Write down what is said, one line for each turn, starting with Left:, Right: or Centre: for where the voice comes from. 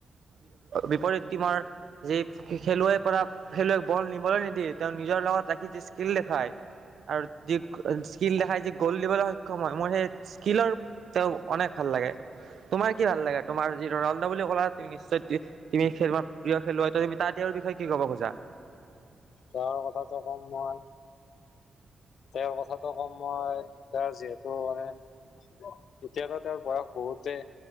Right: বিপৰীত টিমৰ যি খেলুৱৈৰ পৰা খেলুৱৈক বল নিবলৈ নিদিয়ে তেওঁ নিজৰ লগত ৰাখি যি স্কিল দেখায় আৰু যি স্কীিল দেখাই যি গ'ল দিবলৈ সক্ষম হয় মোৰ সেই স্কীিলৰ তেওঁ অনেক ভাল লাগে তোমাৰ কি ভাল লাগে তোমাৰ আজি ৰনাল্ডো বুলি ক'া নিশ্চয় তুমি খেলবা প্ৰিয় খেলুৱৈ তুমি তাৰ তেওঁৰ বিষয়ে কি কব খোজা
Left: তাৰ কথাটো কম মই তেওঁৰ কথাটো ক'ম মই তেওঁৰ যিহেতু মানে এতিয়াতো তেওঁৰ বয়স বহুতেই